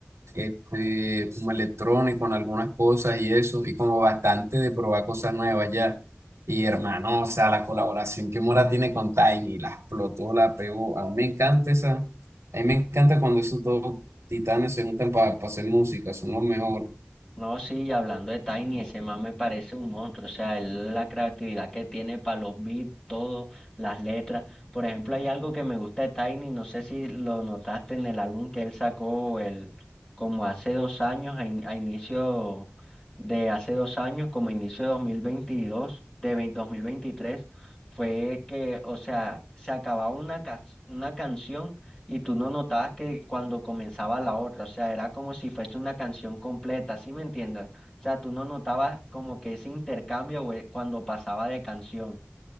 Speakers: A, on the right (about 85°); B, on the left (about 20°).
A: este, como electrónico en algunas cosas y eso, y como bastante de probar cosas nuevas ya. Y hermano, o sea, la colaboración que Mora tiene con Tiny, la explotó, la pegó. A mí me encanta esa, a mí me encanta cuando esos dos titanes se juntan para hacer música, son los mejores.
B: No, sí, y hablando de Tiny, ese man me parece un monstruo, o sea, él, la creatividad que tiene para los beats, todo, las letras. Por ejemplo, hay algo que me gusta de Tiny, no sé si lo notaste en el álbum que él sacó el, como hace dos años, a, in- a inicio de hace dos años, como inicio de 2022, de vein- 2023, fue que, o sea, se acababa una, cas- una canción y tú no notabas que cuando comenzaba la otra, o sea, era como si fuese una canción completa, ¿sí me entiendes? O sea, tú no notabas como que ese intercambio, güey, cuando pasaba de canción.